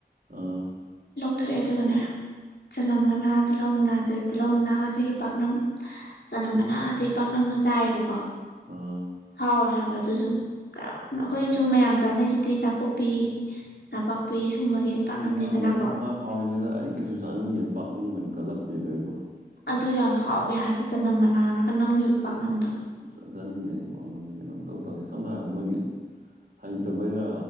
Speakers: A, on the right; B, on the left.
A: ꯑꯥ
B: ꯊꯣꯛꯑꯦ ꯑꯗꯨꯒꯅꯦ ꯆꯅꯝ ꯃꯅꯥ ꯇꯤꯜꯍꯧ ꯃꯅꯥꯁꯦ ꯇꯤꯜꯍꯧ ꯃꯅꯥꯒ ꯑꯇꯩꯒꯤ ꯄꯥꯛꯅꯝ ꯆꯅꯝ ꯃꯅꯥ ꯑꯇꯩ ꯄꯥꯛꯅꯝꯒ ꯆꯥꯏꯌꯦꯕꯀꯣ
A: ꯑꯥ
B: ꯍꯥꯎ ꯍꯕ ꯑꯗꯨ ꯁꯨꯝ ꯑꯩꯈꯣꯏ ꯁꯨꯝ ꯃꯌꯥꯝ ꯆꯥꯅꯩꯁꯤꯗꯤ ꯅꯥꯀꯨꯞꯄꯤ ꯅꯥꯄꯥꯛꯄꯤ ꯁꯨꯝꯕꯒꯤ ꯄꯥꯛꯅꯝꯅꯤꯗꯅꯀꯣ
A: ꯑꯉꯥꯡꯕꯣꯏ ꯄꯨꯡꯉꯥ ꯍꯥꯎꯔꯤꯅꯤꯗ ꯑꯩ ꯀꯩꯁꯨ ꯆꯥꯛꯅꯤꯡꯉꯦ ꯄꯥꯛꯅꯤꯡꯕꯅꯤ ꯀꯜꯂꯛꯇꯦꯗ ꯑꯩꯕꯣ
B: ꯑꯗꯨ ꯌꯥꯝ ꯍꯥꯎꯒꯦ ꯍꯥꯏꯕ ꯆꯅꯝ ꯃꯅꯥꯔꯒ ꯅꯝꯈꯤꯕ ꯄꯥꯛꯅꯝꯗꯣ
A: ꯆꯥ ꯆꯥꯅꯤꯡꯗꯦꯗ ꯀꯩꯅꯣꯝ ꯇꯧ ꯇꯧꯦ ꯁꯝꯅ ꯍꯥꯏꯔꯕꯗ ꯃꯣꯏꯒꯤ ꯍꯩꯇꯕꯩꯔꯥ